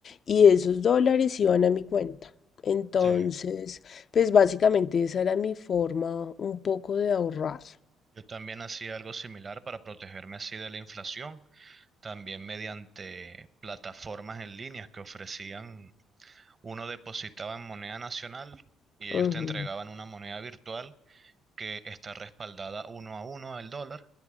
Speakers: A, on the left; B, on the right.
A: y esos dólares iban a mi cuenta. Entonces,
B: Sí,
A: pues básicamente esa era mi forma un poco de ahorrar.
B: yo también hacía algo similar para protegerme así de la inflación, también mediante plataformas en línea que ofrecían, uno depositaba en moneda nacional y
A: Ujú,
B: ellos te entregaban una moneda virtual que está respaldada uno a uno al dólar